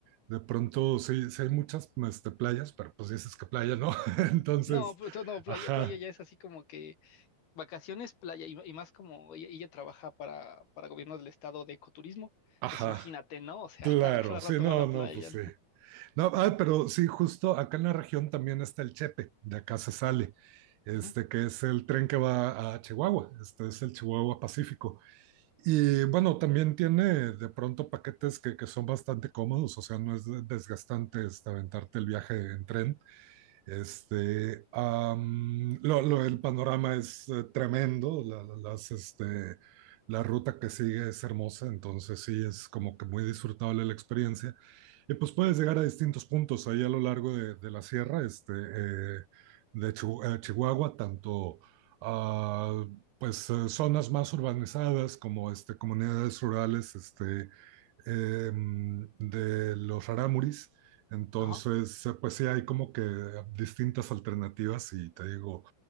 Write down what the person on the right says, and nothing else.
de pronto sí, sí hay muchas este, playas, pero pues dices que playa, ¿no? <laughs> Entonces,
ajá,
ajá.
Claro,
sí,
no,
no,
pues sí.
No, ah, pero sí, justo acá en la región también está el Chepe, de acá se sale, este
que es el tren que va a Chihuahua, este es el Chihuahua Pacífico. Y bueno, también tiene de pronto paquetes que, que son bastante cómodos, o sea, no es de- desgastante este, aventarte el viaje en tren. Este, am, lo, lo- el panorama es eh, tremendo, la- la- las, este, la ruta que sigue es hermosa, entonces sí, es como que muy disfrutable la experiencia. Y pues puedes llegar a distintos puntos ahí a lo largo de, de la sierra, este, eh, de Chihu- eh, Chihuahua, tanto ah, pues eh, zonas más urbanizadas como este, comunidades rurales este, em, de los rarámuris. Entonces,
eh, pues sí, hay como que distintas alternativas y te digo,